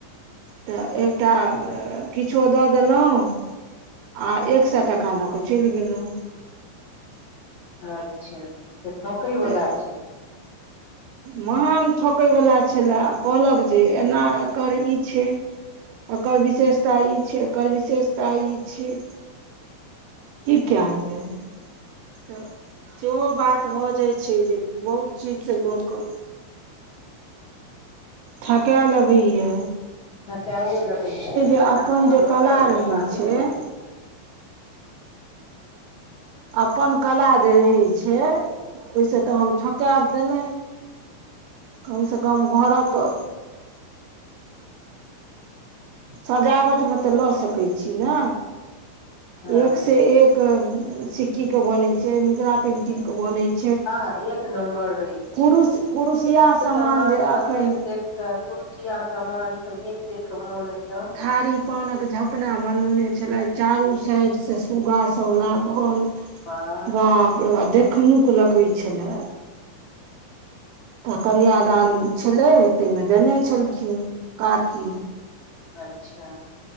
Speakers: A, on the right; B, on the left.
A: तऽ एकटा किछो दऽ देलहुँ। आ एक सए टका लऽ क चलि गेलौं
B: अच्छा तऽ ठकै
A: तऽ
B: बला छेलै।
A: महान ठोकै वला छलए आ कहलक जे एना एकर ई छै। एकर विशेषता इ छै एकर विशेषता इ छै। की कैलजैाय तऽ सेहो बात भऽ जाइ छै जे बहुत चीज से लोक। ठके लगैये।
B: ठकैयो लेगैये हुनका
A: अपन
B: सबके
A: जे
B: मौका
A: कला
B: भेटबाक
A: रहै छै
B: चाही।
A: अपन कला जे रहै छै ओहिसे तऽ हम ठकैब। तऽनै कम से कम घर क।
B: <inaudible>
A: सजावट मे तऽ लऽ सकै छी ने
B: हँ
A: एक से एक। के सिक्की के बनै छै मिथिला पेंटिंग के बनै छै।
B: आह एक नम्बर रहै
A: कुरुश
B: छै
A: कुरुशिया
B: ऐतक
A: सामान
B: समान
A: जे अखन
B: सब देख देख। कुर्सियां सामान इ सब देख देख कऽ मोन एकदम।
A: थारी पानक झपना बनौने छलै चारू साइड से सुगा सब लागल।
B: वाह
A: बाप रे बा देखनुक लगै छलै। तऽ कन्यादान छलै ताहिमे देने छलखिन काकी।
B: अच्छा।